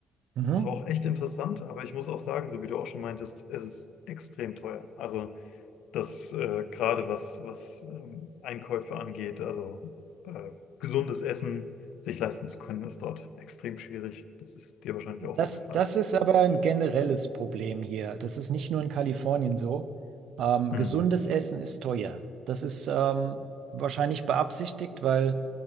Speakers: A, on the right (about 75°); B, on the left (about 85°).
A: Mhm.
B: Es war auch echt interessant, aber ich muss auch sagen, so wie du auch schon meintest, es ist extrem teuer. Also das äh, gerade was, was ähm, Einkäufe angeht, also äh, gesundes Essen sich leisten zu können, ist dort extrem schwierig. Das ist dir wahrscheinlich
A: Das,
B: auch aufgefallen.
A: das ist aber ein generelles Problem hier. Das ist nicht nur in Kalifornien so. Ähm,
B: Hm,
A: gesundes Essen ist teuer. Das ist ähm, wahrscheinlich beabsichtigt, weil